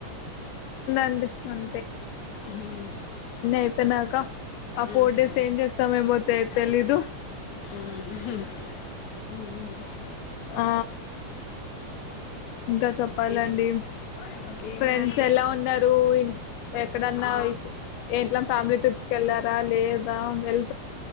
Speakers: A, on the left (about 90°); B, on the left (about 70°).
A: ండి అం
B: మ్
A: అయిపోయినాక ఆ ఫోర్
B: ఉహూ
A: డేస్ ఏం చేస్తామేమో తె తెలీదు
B: ఉ ఉహు ఉమ్ ఆ
A: ఆ ఇంకా చెప్పాలండి
B: ఇంకేను ఇంకేం
A: ఫ్రెండ్స్
B: లేదండి.
A: ఎలా ఉన్నారు ఇం ఎక్కడన్నా
B: ఆ!
A: ఏట్ల ఫ్యామిలీ ట్రిప్స్ కి వెళ్ళారా ర లేద వెల్